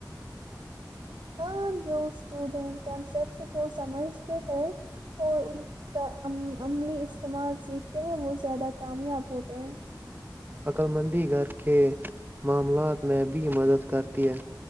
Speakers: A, on the right; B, on the right.
A: ہاں جو اسٹوڈینٹ کنسپٹ کو سمجھتے ہیں اور ان کا عملی استعمال سیکھتے ہیں وہ زیادہ کامیاب ہوتے ہیں
B: عقلمندی گھر کے معاملات میں بھی مدد کرتی ہے